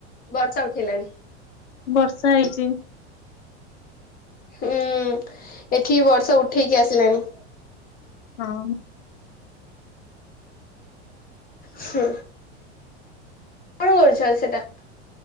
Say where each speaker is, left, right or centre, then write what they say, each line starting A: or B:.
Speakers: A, on the left; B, on the left.
A: ବର୍ଷା ଉଠେଇଲାଣି? <inaudible>
B: ବର୍ଷା ହେଇଚି।
A: ହୁଁ ଏଠି ବର୍ଷା ଉ ଠେଇକି ଆସିଲାଣି।
B: ହଁ।
A: ହୁଁ। କଣ କରୁଛ ସେଟା?